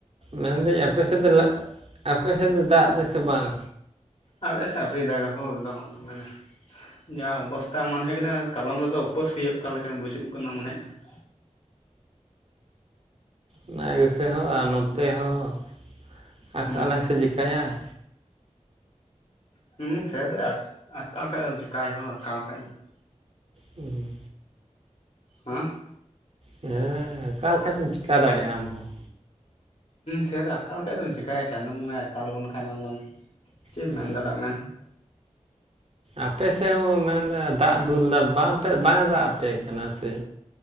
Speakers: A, on the right; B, on the left.
A: ᱢᱮᱱᱫᱟ ᱞᱤᱧ ᱟᱯᱮ ᱥᱮᱫ ᱫᱚ ᱞᱟᱹᱜ ᱟᱯᱮ ᱥᱮᱫ ᱫᱚ ᱫᱟᱜ ᱫᱟᱭ ᱥᱮ ᱵᱟᱝ?
B: ᱟᱞᱮ ᱥᱮ ᱟᱹᱣᱨᱤ ᱫᱟᱜ ᱜᱟᱭ ᱦᱚᱸ ᱮᱠᱫᱚᱢ ᱟᱞᱚᱢ ᱢᱮᱱᱟ ᱾ ᱡᱟ ᱚᱵᱚᱥᱛᱟ ᱢᱚᱱᱮ ᱦᱩᱭᱩᱜ ᱠᱟᱱᱟ ᱠᱟᱞᱚᱢ ᱛᱮᱫᱚ ᱩᱯᱟᱹᱥ ᱦᱩᱭᱩᱜ ᱞᱮᱠᱟ ᱵᱩᱡᱩᱜ ᱠᱟᱱᱟ ᱢᱚᱱᱮ ᱦᱩᱭᱩᱜ ᱠᱟᱱᱟ
A: ᱚᱱᱟ ᱜᱮᱥᱮ ᱦᱳ ᱟᱨ ᱱᱚᱛᱮ ᱦᱚᱸ ᱟᱠᱟᱞᱟᱭ
B: ᱦᱩᱸ
A: ᱥᱮ ᱪᱤᱠᱟᱭᱟᱭ
B: ᱦᱩᱸ ᱥᱮᱛᱚ ᱟᱠᱟᱞ ᱠᱷᱟᱡ ᱫᱚᱢ ᱪᱮᱠᱟᱭᱟᱢ ᱦᱳ ᱟᱠᱟᱞ ᱠᱷᱟᱡᱽ ᱫᱚ ᱾
A: ᱦᱩᱸ
B: ᱦᱮᱸ
A: ᱦᱮᱸ ᱟᱠᱟᱞ ᱠᱷᱟᱡ ᱫᱚᱢ ᱪᱮᱠᱟ ᱫᱟᱲᱮᱭᱟᱜᱼᱟ ᱟᱢ ᱦᱚᱸ
B: ᱥᱮᱫ ᱟᱠᱟᱠᱟᱞ ᱞᱮᱠᱟᱱᱡ ᱫᱚᱢ ᱪᱮᱠᱟᱭᱟ ᱪᱟᱸᱫᱳ ᱵᱚᱸᱜᱟᱭ ᱟᱠᱟᱞ ᱞᱮᱚᱱ ᱠᱷᱟᱱ ᱫᱚᱢ ᱪᱮᱫ ᱮᱢ
A: ᱦᱩᱸ
B: ᱢᱮᱱ ᱫᱟᱲᱮᱭᱟᱜᱼᱟ ᱢᱮᱱ ᱢᱮ
A: ᱟᱯᱮ ᱥᱮᱫ ᱦᱚᱸ ᱢᱮᱱᱫᱟ ᱫᱟᱜ ᱫᱩᱞᱫᱟ ᱵᱟᱝᱯᱮ ᱵᱟᱝ ᱮ ᱫᱟᱜ ᱟᱯᱮ ᱠᱟᱱᱟ ᱥᱮ